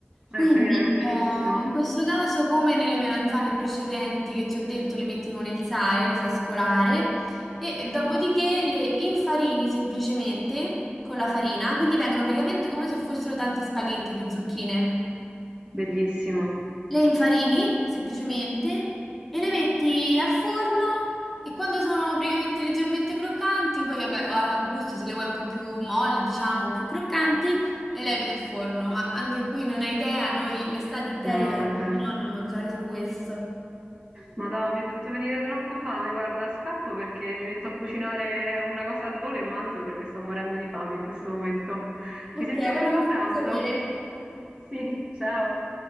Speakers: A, in the centre; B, on the right (about 25°).
A: Quindi,
B: vero, è verissimo.
A: eh, in questo caso, come nelle melanzane precedenti che ti ho detto, le metti con il sale, le fai scolare e dopodiché le infarini semplicemente con la farina, quindi vengono praticamente come se fossero tanti spaghetti di zucchine.
B: Bellissimo.
A: Le infarini semplicemente e le metti al forno e quando sono praticamente leggermente croccanti, poi vabbè, a gusto se le vuoi un po' più molli, diciamo, più croccanti, le levi dal forno, ma anche qui non hai idea, noi l'estate intera
B: No, vabbè.
A: no, non mangiare solo questo.
B: Madonna, mi hai fatto venire troppa fame. Guarda, scappo perché mi metto a cucinare una cosa al volo e mangio perché sto morendo di fame in questo momento. Ci
A: Ok,
B: sentiamo
A: vuoi
B: dopo
A: farmi
B: pranzo.
A: sapere?
B: Sì, ciao.